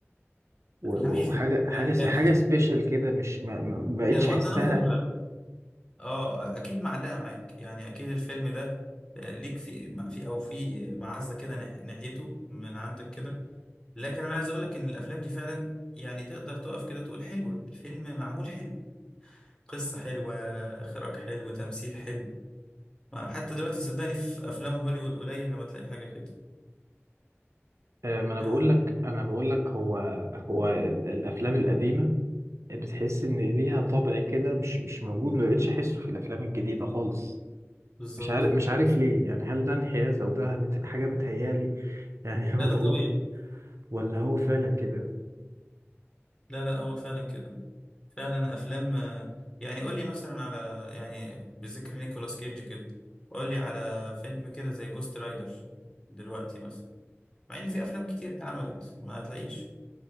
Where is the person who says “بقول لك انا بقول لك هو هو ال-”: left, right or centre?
Right